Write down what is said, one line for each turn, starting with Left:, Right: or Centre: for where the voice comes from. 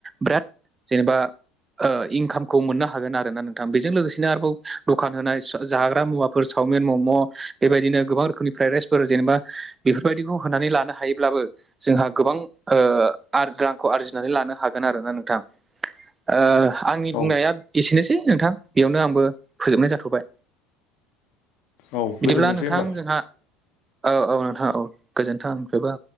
Right: बिराद जेनेबा इनकामखौ मोननो हागोन आरो। ना नोंथां बेजों लोगोसेनो आरोबाव दखान होनाय जाग्रा मुवाफोर चावमिन मम'। बेबायदिनो गोबां रोखोमनि फ्राइड राइसफोर जेनेबा बेफोरबायदिखौ होनानै लानो हायोब्लाबो जोंहा गोबां ओ आरो रांखौ आरजिनानै लानो हागोन आरोना नोंथां। ओ आंनि
Left: औ
Right: बुंनाया एसेनोसै नोंथां बेयावनो आंबो फोजोबनाय जाथ'बाय।
Left: औ गोजोनथोंसै
Right: बिदिब्ला नोंथां
Left: होमबा
Right: जोंहा औ औ नोंथां औ गोजोन्थोंफ्रायबो।